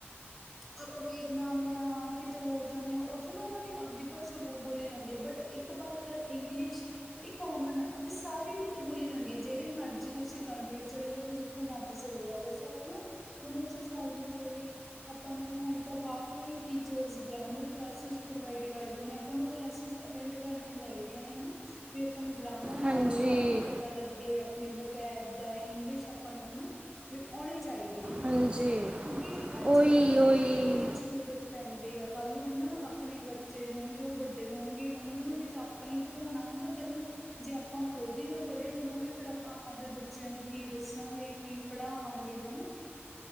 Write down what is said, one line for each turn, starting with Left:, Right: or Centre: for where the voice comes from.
Centre: ਆਪਾਂ ਵੇਦਨਾਮ ਐ ਕਿਤੇ ਹੋਰ ਜਾਂਦੇ ਆ ਓ ਉੱਥੇ ਨਾ ਉਹਨਾਂ ਦੀ ਆਬਦੀ ਭਾਸ਼ਾ ਬੋਲੀ ਜਾਂਦੀ ਅ ਬਟ ਏਕ ਭਾਸ਼ਾ ਇੰਗਲਿਸ਼ ਏਹ ਕੋਮਨ ਐ ਏਹ ਸਾਰੀ ਕਿਤੇ ਬੋਲੀ ਜਾਂਦੀ ਏ ਜੇੜੇ ਮਰਜ਼ੀ ਤੁਸੀਂ ਕੰਟਰੀ ਚਲੇ ਜਾਵੋ ਜਿੱਥੇ ਜਿੱਥੇ ਮਰਜ਼ੀ ਚਲੇ ਜਾਵੋ ਸੋ ਹਨਾ ਮਨੂੰ ਓ ਚੀਜ਼ ਲਗਦੀ ਹੁੰਦੀ ਵੀ ਆਪਾਂ ਨੂੰ ਹੁਣ ਤਾਂ ਕਾਫੀ ਟੀਚਰਜ ਗ੍ਰਾਮਰ ਕਲਾਸਿਜ ਪ੍ਰੋਵਾਇਡ ਕਰਦੇ ਨੇ ਆਪਾਂ ਨੂੰ ਕਲਾਸਿਜ ਅਟੈਂਡ ਕਰਨੀਆਂ ਚਾਈਦੀਆਂ ਨੇ ਹਨਾ ਵੀ ਆਪਾਂ ਨੂੰ ਗ੍ਰਾਮਰ
Right: ਹਾਂਜੀ
Centre: ਆਵੇ ਆਪਾਂ ਨੂੰ ਪਤਾ ਲੱਗੇ ਆਪਣੇ ਵੋਕੈਬ ਦਾ ਇੰਗਲਿਸ਼ ਆਪਾਂ ਨੂੰ ਹਨਾ ਵੀ ਆਉਣੀ ਚਾਈਦੀ ਆ
Right: ਹਾਂਜੀ
Centre: ਕਿਉਂਕਿ ਹਰ
Right: ਉਹੀ
Centre: ਜਗ੍ਹਾ ਤੇ
Right: ਉਹੀ
Centre: ਏਦੀ ਜ਼ਰੂਰਤ ਪੈਂਦੀ ਐ ਕੱਲ ਨੂੰ ਹਨਾ ਆਪਣੇ ਬੱਚੇ ਹੋਣਗੇ ਉਹ ਵੱਡੇ ਹੋਣਗੇ ਓਨਾਂ ਨੂੰ ਵੀ ਤਾਂ ਆਪਾਂ ਪੜ੍ਹਾਉਣਾ ਹਨਾ ਪੈਲਾਂ ਜੇ ਆਪਾਂ ਖੁਦ ਈ ਨਾ ਪੜ੍ਹੇ ਹੋਵਾਂਗੇ ਫੇਰ ਆਪਾਂ ਆਬਦੇ ਬੱਚਿਆਂ ਨੂੰ ਕੀ ਦੱਸਾਂਗੇ। ਕੀ ਪੜ੍ਹਾਵਾਂਗੇ ਹਨਾ।